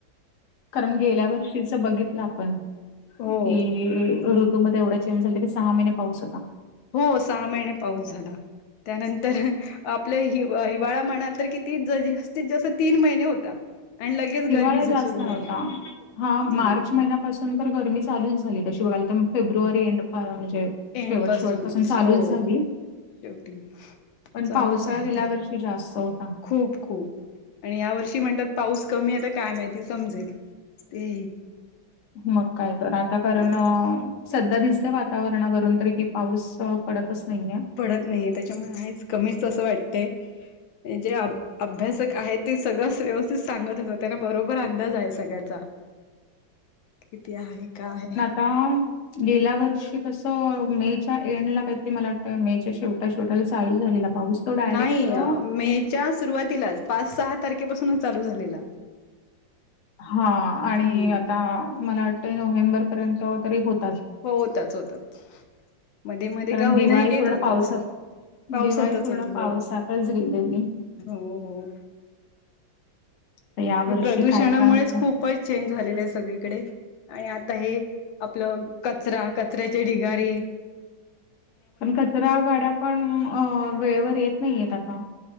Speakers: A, on the left; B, on the left.
A: कारण गेल्या वर्षीच बघितलं आपण
B: हो
A: कि ऋतूमध्ये एवढा चेंज झाला की सहा महिने पाऊस होता
B: हो सहा महिने पाऊस झाला त्यानंतर आपल्या हि हिवाळा म्हणाल तर कि त जास्तीत जास्त तीन महिने होता आणि लगेच
A: हिवाळा
B: गरमी
A: जास्त
B: सुरू
A: नव्हता
B: झाली
A: हा
B: हम्म
A: मार्च महिन्या पासून तर गरमी चालूच झाली कशी बघायल तर फेब्रुवारी एंड म्हणजे
B: एंड
A: शेवट,
B: पासूनच
A: शेवट पासून चालूच
B: हो
A: झाली
B: शेवटी
A: पण
B: चालूच
A: पावसाळा
B: आहे
A: गेल्या
B: ते
A: वर्षी जास्त होता.
B: खूप, खूप आणि या वर्षी म्हणतात पाऊस कमी आहेता काय माहिती समजेल. ते...
A: मग काय तर आता कारण
B: हो
A: सध्या दिसते वातावरणावरून तर कि पाऊस पडतच नाहीये.
B: पडत नाहीये त्याच्यामुळे आहेच कमीच तं वाटतय जे अभ्यासक आहे ते सगळं व्यवस्थित सांगत असतात त्यांना बरोबर अंदाज आहे सगळ्याचा कती आहे का आहे
A: पान गेल्या वर्षी कसं मेच्या एंडला काहीतरी मला वाटतं मेच्या शेवट्या शेवटाला चालू झालेला पाऊस तो डायरेक्ट
B: नाही मेच्या सुरुवातीलाच पाच सहा तारखेपासूनच चालू झालेला
A: हा आणि
B: हम्म
A: आता मला वाटतं नोव्हेंबर पर्यंत तरी होत.
B: हो होताच, होताच मध्ये, मध्ये
A: कारण
B: का होईना
A: दिवाळी
B: येत
A: पूर्ण
B: होताच.
A: पावसात
B: पावसातच
A: दिवाळी पूर्ण
B: होती
A: पावसातच
B: हो,
A: गेलेली
B: हो, हो.
A: तर या वर्षी
B: हे प्रदूषणामुळेच
A: काय काय होता
B: खूप खूपच चेंज झालेलं आहे सगळीकडे आणि आता हे आपल कचरा कचऱ्याचे ढिगारी
A: पण कचरा गाड्या पण अ वेळेवर येत नाहीयेत आता.